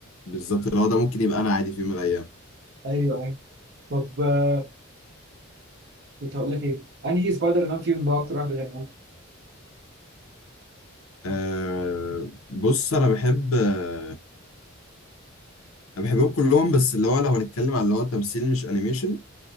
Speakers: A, on the left; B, on the right.
A: بالظبط اللي هو ده ممكن يبقى انا عادي في يوم من الايام
B: ايوه ايوه طب آه، كنت هقول لك ايه انهي سبايدر مان فيهم بقى اكتر واحد بتحبه
A: أه بص انا بحب انا بحبهم كلهم بس اللي هو لو هنتكلم على اللي هو تمثيل مش انيميشن